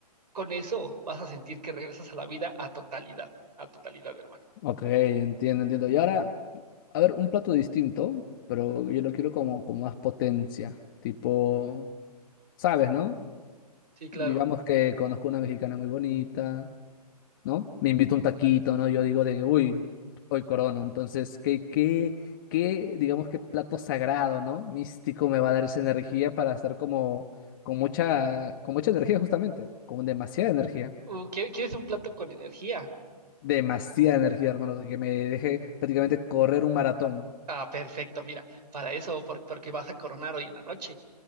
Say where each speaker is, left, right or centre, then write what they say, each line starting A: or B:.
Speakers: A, on the right; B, on the left.
A: con eso vas a sentir que regresas a la vida a totalidad, a totalidad, hermano.
B: Ok, entiendo, entiendo. Y ahora, a ver, un plato distinto, pero yo lo quiero como con más potencia. Tipo, ¿sabes, no?
A: Sí, claro.
B: Digamos que conozco una mexicana muy bonita, ¿no? Me invito un taquito, ¿no? Yo digo de que, uy, hoy corono. Entonces, ¿qué, qué, qué, digamos, qué plato sagrado, ¿no? Místico me va a dar esa energía para hacer como, con mucha, con mucha energía justamente, con demasiada energía.
A: Uh, ¿quie- ¿quieres un plato con energía?
B: Demasiada energía, hermanos, que me deje prácticamente correr un maratón.
A: Ah, perfecto, mira, para eso, por- porque vas a coronar hoy en la noche.